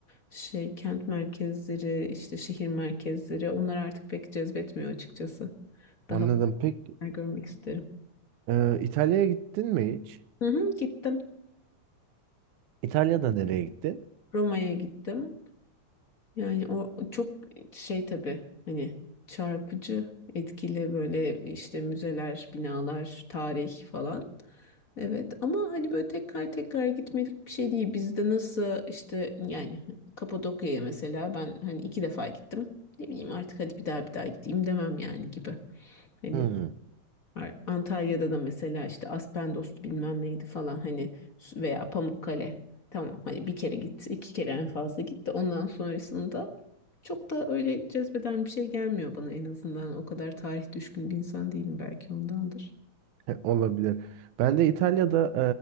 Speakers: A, on the left (about 35°); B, on the right (about 90°).
A: Şey kent merkezleri işte şehir merkezleri onlar artık pek cezbetmiyor açıkçası.
B: Anladım.
A: Daha farklı
B: Peki
A: görmek isterim.
B: ee, İtalya'ya gittin mi hiç?
A: Hı hı, gittim.
B: İtalya'da nereye gittin?
A: Roma'ya gittim. Yani o çok şey tabii hani çarpıcı etkili böyle işte müzeler, binalar, tarih falan. Evet ama hani böyle tekrar tekrar gitmelik bir şey değil. Bizde nasıl işte yani Kapadokya'ya mesela ben hani iki defa gittim. Ne bileyim artık hadi bir daha bir daha gideyim demem yani gibi. hani.
B: Hmm.
A: Ay- Antalya'da da mesela işte Aspendos bilmem neydi falan hani s- veya Pamukkale. Tamam hani bir kere git, iki kere en fazla git de ondan sonrasında çok da öyle cezbeden bir şey gelmiyor bana en azından. O kadar tarih düşkün bir insan değilim belki ondandır.
B: <laughs> Olabilir. Ben de İtalya'da